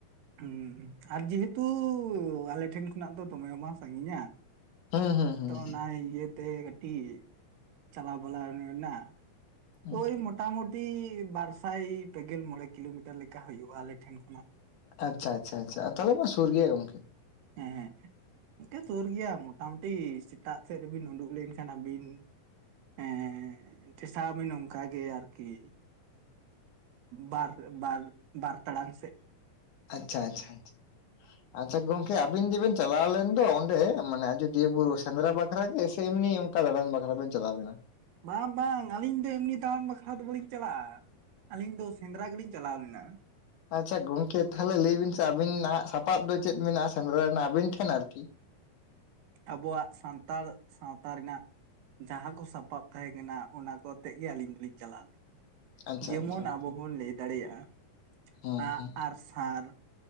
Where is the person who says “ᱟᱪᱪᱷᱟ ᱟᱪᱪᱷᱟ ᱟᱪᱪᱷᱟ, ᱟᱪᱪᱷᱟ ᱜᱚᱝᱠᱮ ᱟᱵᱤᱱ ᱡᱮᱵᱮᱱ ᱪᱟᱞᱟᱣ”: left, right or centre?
Left